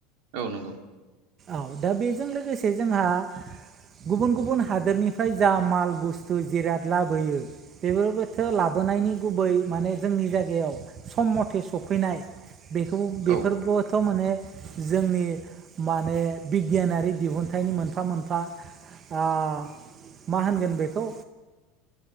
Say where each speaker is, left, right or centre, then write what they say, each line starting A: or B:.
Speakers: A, on the right; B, on the right.
A: औ नंगौ।
B: औ दा बेजों लोगोसे जोंहा गुबुन गुबुन हादोरनिफ्राय जा माल बुस्थु जिराद लाबोयो बेफोरबोथो लाबोनायनि गुबै माने जोंनि जायगायाव सम मथे सफैनाय बेखौ बेफोरखौथ'
A: औ
B: माने जोंनि माने बिगियानारि दिहुन्थायनि मोनफा मोनफा आ मा होनगोन बेखौ